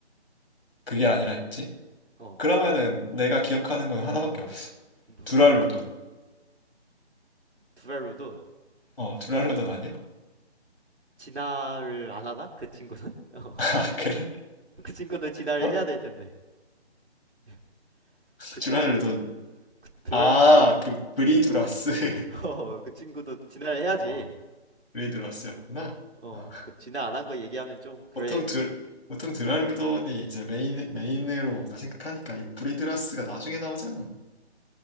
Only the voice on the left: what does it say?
그게 아니라 했지?
그러면은 내가 기억하는 건 하나밖에 없어.
두랄루돈.
어 두랄루돈 아니야?
<laughs> 아 그래?
어?
두랄루돈.
아 그 브리두라스. <laughs>
어. 브리드러스였구나
아,
보통 드 보통 드랄루돈이 이제 메인 메인으로 뭔가 생각하니까 이거 브리드라스가 나중에 나오지 않았나?